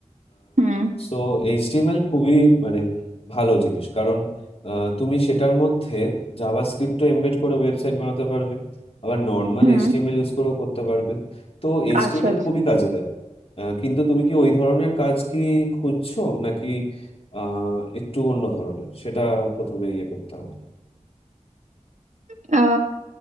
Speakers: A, on the right; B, on the left.
A: হুম
B: সো এইচটিএমএল খুবই মানে ভালো জিনিস কারণ আহ, তুমি সেটার মধ্যে জাভাস্ক্রিপ্টও এমবেড করে ওয়েবসাইট বানাতে পারবে আবার নর্মাল
A: হুম
B: এইচটিএমএল ইউজ করেও করতে পারবে তো এইচটিএমএল
A: আচ্ছা
B: খুবই কাজে দেয় আহ, কিন্তু তুমি কি ওই ধরনের কাজ কি খুঁজছো নাকি আহ, একটু অন্য ধরনের সেটা প্রথমে ইয়ে করতে হবে
A: আচ্ছা